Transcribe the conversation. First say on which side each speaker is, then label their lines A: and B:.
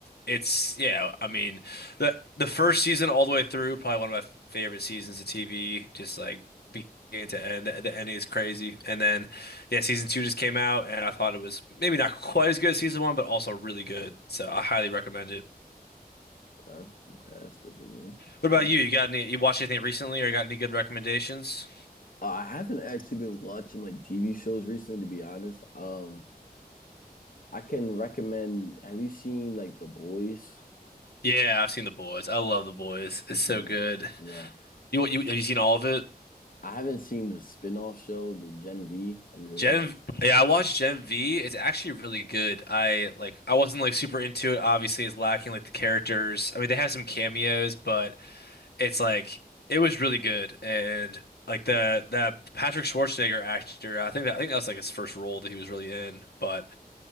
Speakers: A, on the left; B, on the left.
A: it's yeah, I mean, the the first season all the way through, probably one of my favorite seasons of TV. Just like beginning to end, the, the ending is crazy. And then yeah, season two just came out, and I thought it was maybe not quite as good as season one, but also really good. So I highly recommend it.
B: Okay, okay, that's good to hear.
A: What
B: Okay.
A: about you? You got any? You watched anything recently, or you got any good recommendations?
B: Uh, I haven't actually been watching like TV shows recently, to be honest. Um, I can recommend, have you seen like The Boys?
A: Yeah, I've seen The Boys. I love The Boys.
B: You
A: It's
B: seen
A: so
B: it?
A: good.
B: Yeah.
A: You what you have you seen all of it?
B: I haven't seen the spin-off show, the Gen V. Have you heard
A: Gen
B: of that?
A: yeah, I watched Gen V. It's actually really good. I like I wasn't like super into it. Obviously, it's lacking like the characters. I mean, they have some cameos, but it's like it was really good. And like the that Patrick Schwarzenegger actor, I think that I think that was like his first role that he was really in. But